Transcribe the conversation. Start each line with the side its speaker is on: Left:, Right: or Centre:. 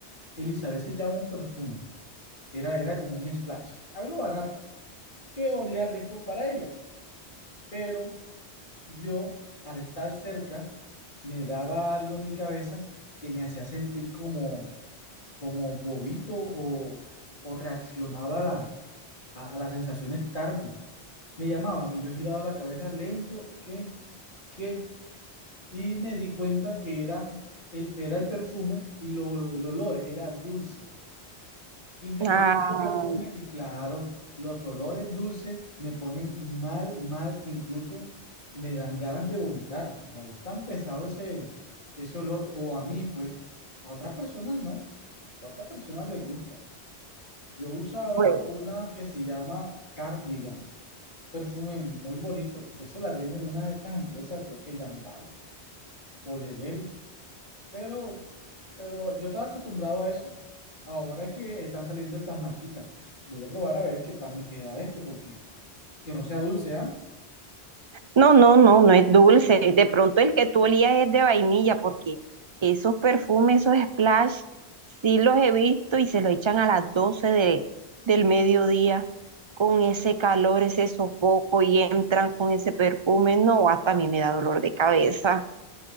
Left: Elizabeth se llama un perfume, era, era como un splash, algo barato, que olía rico para ella, pero yo, al estar cerca, me daba algo en mi cabeza que me hacía sentir como, como bobito o, o reaccionaba a la a, a las sensaciones tarde. Me llamaban y yo giraba la cabeza lento, ¿qué? ¿Qué? Y me di cuenta que era el, era el perfume y lo- el olor era dulce. Intenté
Right: Ah,
Left: con
Right: Ah,
Left: otro perfume y claro, los olores dulces me ponen mal, mal, que incluso me dan ganas de vomitar. O sea, es tan pesado ese, ese olor, o a mí, pues, a otras personas no. A otras personas les gusta. Yo usaba
Right: bueno.
Left: una que se llama cardigan. perfume muy bonito. Esas las venden unas de estas empresas, creo que Jambal o Level, pero, pero yo estaba acostumbrado a eso. Ahora es que están saliendo estas marquitas. Voy a probar a ver qué tal me queda este, porque que no sea dulce, ¿ah?
Right: No, no, no, no es dulce. De pronto el que tú olías es de vainilla, porque esos perfumes, esos splash, sí los he visto y se los echan a las 12 de, del mediodía con ese calor, ese sofoco y entran con ese perfume. No, hasta a mí me da dolor de cabeza.